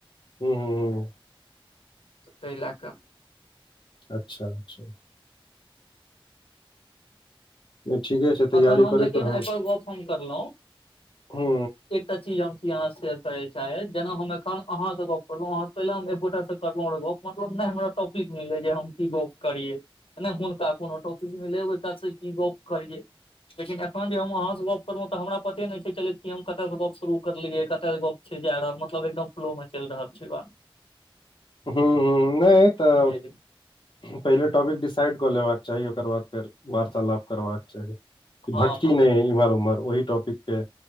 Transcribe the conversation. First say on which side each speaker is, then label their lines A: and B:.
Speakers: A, on the left; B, on the left.
A: हूंम्म हूंम्म हूंम्म
B: ताहि लै कऽ
A: अच्छा अच्छा ठीके छै तैयारी
B: अखन हम
A: करैत
B: लेकिन
A: रहू
B: एहिपर गप हम करलहुँ
A: हूँ
B: एकटा चीज हम छी यहाँ सेेयर करय एकटा चीज जन्छि अहाँ से चाहे जेना हम एखन अहाँ से गप करलोंह पहिले हम एकगोटा से करलों अगर गप मतलब नहि हमरा टॉपिक मिलैये जे हम की गप करियै नहि हुनका कोनो टौपिक मिले ओ की गप करियै लेकिन एखन जे हम अहाँ से गप करलहुं तऽ हमरा पते नहि छै चलैत कि हम कतय से गप शुरू करलियै कतय से गप जार मतलब एकदम फ्लो मे चलि रहल छै बात
A: हूंम्म हूंम्म नहि तऽ
B: जी
A: पहिले टॉपिक डिसाइड कऽ लेबाक चाही ओकर बाद फेर वार्तालाप करबाक चाही
B: हँ
A: भटकी
B: हँ
A: नहि इम्हर उमहर ओहि टॉपिक पे